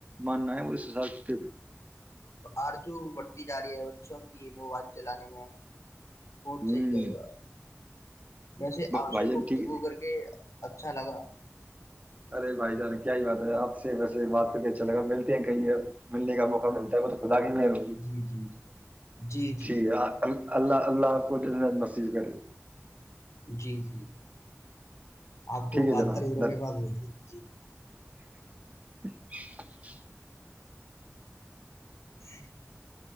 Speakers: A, on the right; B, on the left.
A: ماننا ہے وہ اس س
B: آرت بڑھتی جا رہی ہے بچوں کی موبائل چلانے میں بہت
A: ہوں
B: صحیح کہہ رہے ہو آپ وسے آپ
A: بھائی
B: سے
A: جان
B: گفتگو
A: ٹھیک ہے
B: کر کے اچھا لگا
A: ارے بھائی جان کیا ہی بات ہے آپ سے ویسے بات کر کے اھا لگا مل ہیں کہیںے ملنے کا موقع ملتا س <unintelligible> <inaudible> پتا کی م ہوگی
B: جی جی جی جی جی
A: ٹھیک ہے ال اللہ اللہ کوت نصیب کرے
B: جی جی جی آپ کو
A: ٹھیک ہے
B: بہتر
A: جناب
B: گرو
A: دن
B: کے پاس مل گے جی
A: <inaudible> <inaudible>
B: ہی <inaudible>